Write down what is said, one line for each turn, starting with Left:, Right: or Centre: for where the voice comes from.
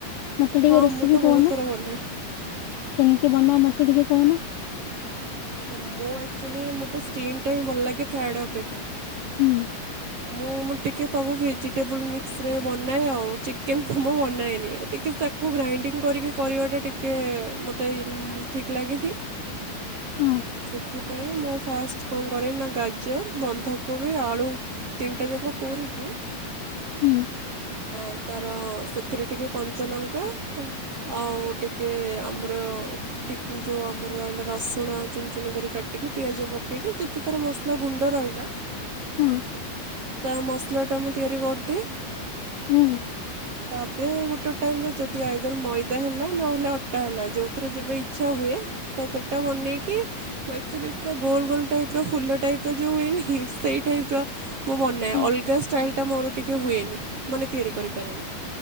Left: ମତେ ଟିକେ
Right: ହଁ
Left: ରେସିପି
Right: ମୁଁ ତ
Left: କହୁନ
Right: ବହୁତ ଥର ବନାଏ।
Left: କେମିତି ବନାଅ ମତେ ଟିକେ କହୁନ?
Right: ହଁ ମୁଁ ଆକ୍ଚୁଲି ମତେ ଷ୍ଟିମ୍ ଟା ହିଁ ଭଲ ଲାଗେ। ଫ୍ରାଏଡ଼େ ଅପେକ୍ଷା।
Left: ହୁଁ।
Right: ମୁଁ ମୁଁ ଟିକେ ତବୁ ଭେଜିଟେବୁଲ ମିକ୍ସରେ ବନାଏ ଆଉ। ଚିକେନ ମୋମୋ ବନାଏନି ଏତେ। ଟିକ ତାକୁ ଗ୍ରାଇଣ୍ଡିଙ୍ଗ କରିକି କରିବାଟା ଟିକେ ମୋତେ ଠିକ୍ ଲାଗେନି।
Left: ହୁଁ।
Right: ସେଥିପାଇଁ ମୁଁ ଫାଷ୍ଟ କଣ କରେ ନା ଗାଜର, ବନ୍ଧାକୋବି, ଆଳୁ ତିନିଟା ଯାକ କରୋକି
Left: ହୁଁ।
Right: ହଁ ତାର ସେଥିରେ ଟିକେ କଞ୍ଚଲଙ୍କା ଆଉ ଟିକେ ଆମର ଟିକ୍ ଯୋଉ ଆମର ରହିଲା ରସୁଣ ଚୁନ୍ ଚୁନି କରି କାଟିକି ପିଆଜ ପକେଇକି ଯେତେଥର ମସଲା ସଲା ଗୁଣ୍ଡ ରହିଲା
Left: ହଁ
Right: ତା ମସଲା ଟା ମୁଁ ତିଆରି କରିଦିଏ।
Left: ହୁଁ।
Right: ତାପରେ ଗୋଟେ ଟାଇମ ର ଯଦି ଆଇଦର ମଇଦା ହେଲା ନହେଲେ ଅଟା ହେଲା ଯୋଉଥିରେ ଯେବେ ଇଚ୍ଛା ହୁଏ ତ ସେଟା ବନେଇକି ମୁଁ ଆକ୍ଚୁଲି ପୁରା ଗୋଲ ଗୋଲ ଟାଇପ୍ ର ଫୁଲ ଟାଇପ୍ ର ଯୋଉଁ ହୁଏନି ସେଇ ଟାଇପ୍ ର ମୁଁ ବନାଏ
Left: ହଁ
Right: ଅଲଗା ଷ୍ଟାଇଲ୍ ଟା ମୋର ଟିକିେ ହୁଏନି ମାନେ ତିଆରି କରିପାରେନି।